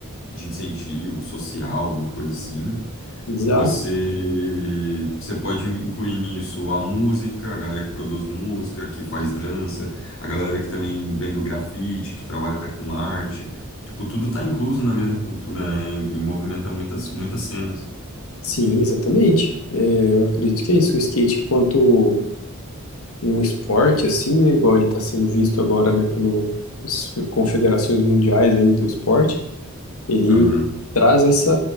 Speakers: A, on the left; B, on the left.
A: de incentivo social, alguma coisa assim.
B: Exato.
A: Você, você pode incluir nisso a música, a galera que produz música, que faz dança, a galera que também vem do grafite, que trabalha com arte. Tipo, tudo tá incluso na mesma cultura, né? E movimenta muitas, muitas cenas.
B: Sim, exatamente. É, eu acredito que é isso. O skate, enquanto um esporte, assim, né? Igual ele está sendo visto agora, né? Pelas confederações mundiais aí do esporte. Ele
A: Aham,
B: traz essa